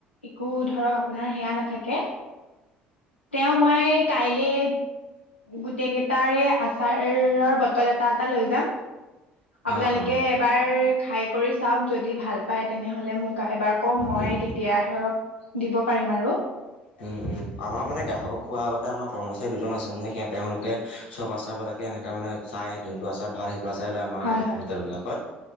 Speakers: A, on the left; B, on the left.
A: একো ধৰক আপোনাৰ সেয়া নাথাকে। তেওঁ মই কাইলে গোটেই কেইটাৰে আচাৰৰ বটল এটা এটা লৈ যাম। আপোনালোকে
B: অ', অ'।
A: এবাৰ খায় কৰি চাওঁক। যদি ভাল পায় তেনেহ'লে মোক এবাৰ কওঁক, মই
B: উম,
A: তেতিয়া ধৰক দিব পাৰিম আৰু।
B: উম', উম' আমাৰ মানে গ্ৰাহকক খোৱাৰ আগতে আমাৰ কৰ্মচাৰী দুজন আছে মানে সেয়া তেওঁলোকে চব আচাৰবিলাকে এনেকৈ মানে চাই যোনটো আচাৰ ভাল হয়, সেইটো আচাৰে লৈ আমাৰ
A: হয়, হয়,
B: হোটেলবিলাকত।